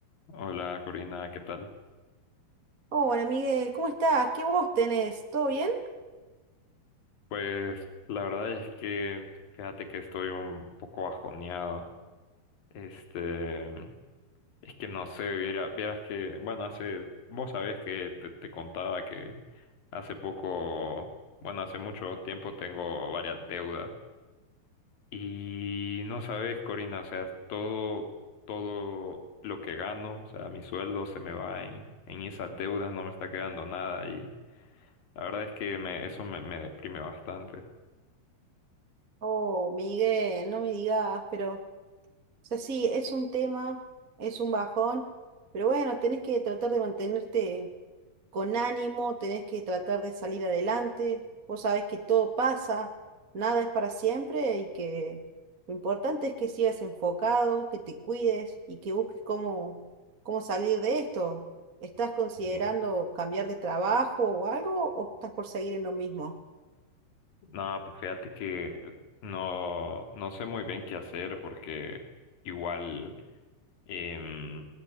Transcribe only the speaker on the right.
Hola Miguel, ¿cómo estás? ¿Qué voz tenés? ¿Todo bien?
Oh, Miguel, no me digas, pero, o sea, sí, es un tema, es un bajón, pero bueno, tenés que tratar de mantenerte con ánimo, tenés que tratar de salir adelante, vos sabés que todo pasa, nada es para siempre y que lo importante es que sigas enfocado, que te cuides y que busques cómo, cómo salir de esto. ¿Estás considerando
cambiar de trabajo o algo o estás por seguir en lo mismo?